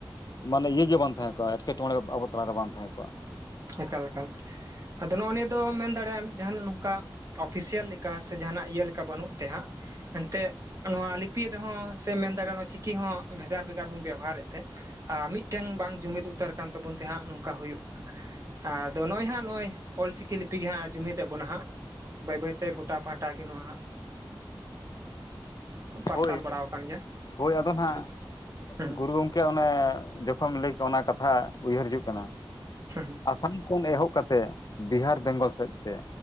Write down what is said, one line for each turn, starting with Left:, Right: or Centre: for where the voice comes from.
Left: ᱢᱟᱱᱮ ᱤᱭᱟᱹ ᱜᱮ ᱵᱟᱝ ᱛᱟᱦᱮᱸ ᱠᱚᱜ-ᱟ ᱮᱴᱠᱮᱴᱚᱬᱮ ᱟᱵᱚ ᱛᱟᱞᱟᱨᱮ ᱵᱟᱝ ᱛᱟᱦᱮᱸ ᱠᱚᱜ-ᱟ
Right: ᱮᱠᱟᱞ ᱮᱠᱟᱞ ᱟᱫᱚ ᱱᱚᱜ-ᱚ ᱱᱤᱭᱟᱹ ᱫᱚ ᱢᱮᱱ ᱫᱟᱲᱮᱭᱟᱜ-ᱟᱢ ᱡᱟᱦᱟᱱᱟᱜ ᱱᱚᱝᱠᱟ ᱚᱯᱷᱤᱥᱤᱭᱟᱞ ᱞᱮᱠᱟ ᱥᱮ ᱡᱟᱦᱟᱱᱟᱜ ᱤᱭᱟᱹ ᱞᱮᱠᱟ ᱵᱟᱹᱱᱩᱜ ᱛᱮ ᱦᱟᱸᱜ ᱮᱱᱛᱮᱜ ᱱᱚᱣᱟ ᱞᱤᱯᱤ ᱨᱮᱦᱚᱸ ᱥᱮ ᱢᱮᱱ ᱫᱟᱲᱮᱭᱟᱜ-ᱟ ᱱᱚᱣᱟ ᱪᱤᱠᱤ ᱦᱚᱸ ᱵᱷᱮᱜᱟᱨ ᱵᱷᱮᱜᱟᱨ ᱵᱚᱱ ᱵᱮᱣᱦᱟᱨᱮᱫ ᱛᱮ ᱟᱨ ᱢᱤᱫᱴᱮᱱ ᱵᱟᱝ ᱡᱩᱢᱤᱫ ᱩᱛᱟᱹᱨ ᱠᱟᱱ ᱛᱟᱵᱚᱱ ᱛᱮᱦᱟᱜ ᱱᱚᱝᱠᱟ ᱦᱩᱭᱩᱜ ᱠᱟᱱᱟ ᱟᱫᱚ ᱱᱚᱜ-ᱚᱭ ᱦᱟᱸᱜ ᱱᱚᱜ-ᱚᱭ ᱚᱞ ᱪᱤᱠᱤ ᱞᱤᱯᱤ ᱜᱮ ᱦᱟᱸᱜ ᱡᱩᱢᱤᱫᱮᱜ ᱵᱚᱱᱟ ᱦᱟᱸᱜ ᱵᱟᱹᱭ ᱵᱟᱹᱭᱛᱮ ᱜᱚᱴᱟ ᱯᱷᱟᱴ ᱜᱚᱴᱟ ᱜᱮ ᱱᱚᱣᱟ ᱦᱟᱸᱜ ᱯᱟᱨᱥᱟᱞ
Left: ᱦᱳᱭ
Right: ᱵᱟᱲᱟᱣ ᱠᱟᱱ ᱜᱮᱭᱟ
Left: ᱦᱳᱭ ᱟᱫᱚ ᱱᱟᱦᱟᱜ
Right: ᱦᱩᱸ ᱦᱩᱸ
Left: ᱜᱩᱨᱩ <unintelligible> ᱚᱱᱮ ᱡᱚᱠᱷᱚᱢ ᱞᱟᱹᱭ <unintelligible> ᱚᱱᱟ ᱠᱟᱛᱷᱟ ᱩᱭᱦᱟᱹᱨ ᱦᱤᱡᱩᱜ ᱠᱟᱱᱟ
Right: <unintelligible>
Left: <unintelligible> ᱠᱷᱚᱱ ᱮᱦᱚᱵ ᱠᱟᱛᱮᱫ ᱵᱤᱦᱟᱨ ᱵᱮᱝᱜᱚᱞ ᱥᱮᱫ ᱛᱮ